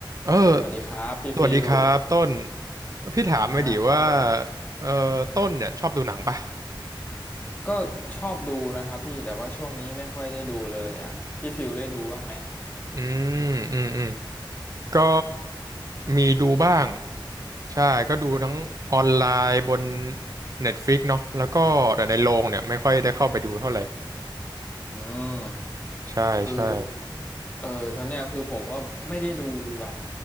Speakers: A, on the right; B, on the left.
A: เออ
B: สวัสดีครับพี่ฟิล
A: สวัสดีครับต้น พี่ถามมาดิว่า
B: อ่าครับผม
A: เออต้นเนี่ยชอบดูหนังปะ
B: ก็ชอบดูนะครับพี่แต่ว่าช่วงนี้ไม่ค่อยได้ดูเลยอ่ะพี่ฟิลได้ดูบ้างไหม
A: อืมอืมอืมก็มีดูบ้าง ใช่ ก็ดูทั้งออนไลน์บน Netflix เนาะแล้วก็แต่ในโรงเนี่ยไม่ค่อยได้เข้าไปดูเท่าไหร่
B: อืม
A: ใช่
B: คือ
A: ใช่
B: เออตอนเนี้ยคือผมก็ไม่ได้ดูแบบ